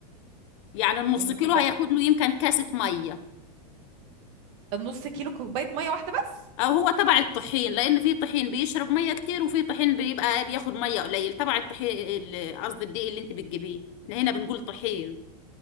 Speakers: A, on the left; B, on the right.
A: يعني النص
B: الملبق
A: كيلو هياخد له يمكن كاسه ميه
B: النص كيلو كوبايه ميه واحده بس
A: او هو تبع الطحين لان في طحين بيشرب ميه كتير وفي طحين بيبقى بياخد ميه قليل تبع الطحين ال- قصدي الدقيق اللي انت بتجيبيه احنا هنا بنقول طحين